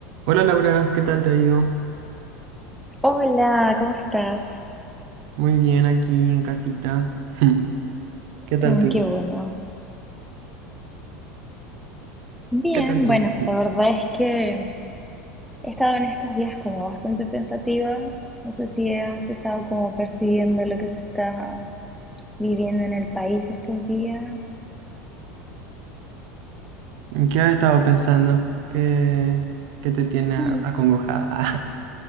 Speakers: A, on the right (about 60°); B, in the centre.
A: Hola Laura, ¿qué tal te ha ido?
B: Hola, ¿cómo estás?
A: Muy bien aquí en casita. <laughs> ¿Qué tal
B: Mm,
A: tú?
B: qué bueno. Bien,
A: ¿Qué tal tú?
B: bueno, la verdad es que he estado en estos días como bastante pensativa. No sé si has estado como percibiendo lo que se está viviendo en el país estos días.
A: ¿En ¿Qué has estado pensando? ¿Qué, qué te tiene
B: Hmm.
A: a- acongojada?